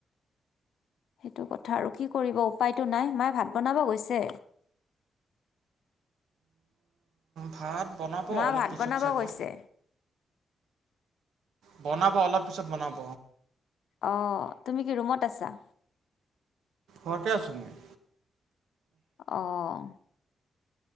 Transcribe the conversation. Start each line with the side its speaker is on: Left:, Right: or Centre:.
Left: সেইটো কথা আৰু কি কৰিব উপায়টো নাই মায়ে ভাত বনাব গৈছে
Right: ভাত বনাব
Left: মা
Right: অলপ
Left: ভাত
Right: পিছত
Left: বনাব
Right: চাগে।
Left: গৈছে
Right: বনাব অলপ পিছত বনাব
Left: অ তুমি কি ৰুমত আছা
Right: ঘৰতে আছো মই
Left: আহ।